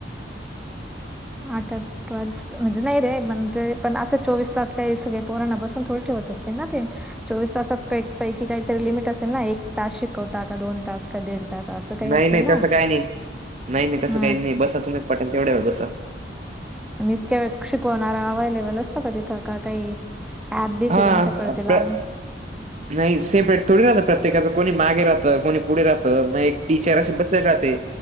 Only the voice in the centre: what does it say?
आटक ट्वेल्स, म्हणजे नाही रे, म्हणजे पण असं चोवीस तास काही सगळे पोरांणा बसून थोडी ठेवत असते ना ते. चोवीस तासा पैकी काहीतरी लिमिट असेल ना. एक तास शिकवता का. दोन तास. का दीड तास असं काही
असेल
ना
हा
आणि इतक्या वेळ शिकवणार अवलेबल असतो का तिथ. का काही ऍप बीप
त्यांच्याकडे ते
लावून